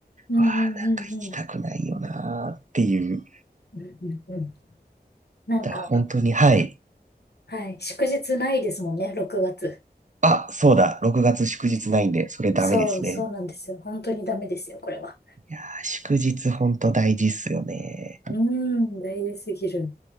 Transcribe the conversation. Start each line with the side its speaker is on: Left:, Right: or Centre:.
Left: うんうんうん。
Right: うわあ、なんか行きたくないよなーっていう。
Left: うんうんうん。なんか、
Right: だから本当に、はい。
Left: はい。祝日ないですもんね、6月。
Right: あ、そうだ、6月祝日ないんで、それダメですね。
Left: そう、そうなんですよ。本当にダメですよ、これは。
Right: あー祝日本当大事っすよね。
Left: うーん、大事すぎる。